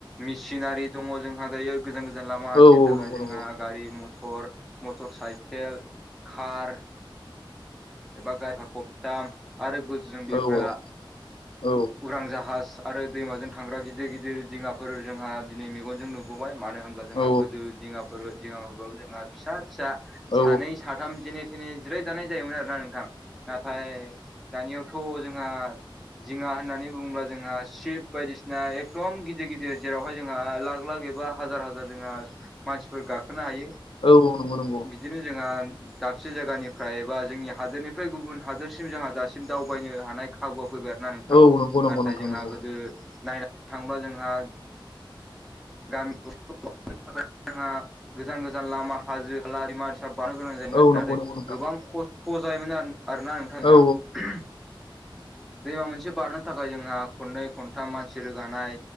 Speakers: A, in the centre; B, on the left.
A: मेसिनारि दङ जोंहा दायो गोजान गोजान लामा हान्थिनो
B: औ
A: थाखाय
B: नंगौ
A: जोंहा
B: नंगौ नोंथां
A: गारि मथर मटर साइकेल कार एबा गायफा खबथाम आरो गोजौजों बिरग्रा
B: औ औ नंगौ औ
A: उरां जाहाज आरो दैमाजों थांग्रा गिदिर गिदिर दिङाफोर जोंहा दिनै मेगनजों नु मानो होनब्ला जोंहा
B: औ
A: गोदो दिङाफोर दिङाखौ जोहा फिसा फिसा
B: औ
A: सानै सा सथाम जेने थेने जिराय जानाय जायोमोन आरोना नोंथां नाथाय दानियावथ' जोंहा दिङा होननानै बुङोब्ला जोंहा शिब बायदिसिना एकदम गिदिर गिदिर जेरावहाय जोंहा लाख लाख एबा हाजार हाजार जोंहा मानसिफोर गाखोनो हायो
B: औ औ नंगौ नंगौ
A: बिदिनो जोंहा दाबसे जायगानिफ्राय एबा जोंनिया हादोरनिफ्राय गुबुन हादोरसिम जोंहा दासिम दावबायनो हानाय खाबुआ फैबाय आरो ना नोंथां
B: औ नंगौ नंगौ
A: नाथाय
B: नोंथां
A: जोंहा
B: नंगौ
A: गोदो नायनानै थांबा जोंहा गामि थाखाय जोंहा गोजान गोजान लामा हाजो हालाम फिसा बानो गोनां जायोमोन
B: औ
A: नाथाय
B: नंगौ नंगौ नोंथां
A: गोबां खस्थ' जायोमोन आरोना नोंथां‌ जोंहा
B: औ
A: दैमा मोनसे बारनो थाखाय जोंहा खननै खनथाम मानसि रोगानाय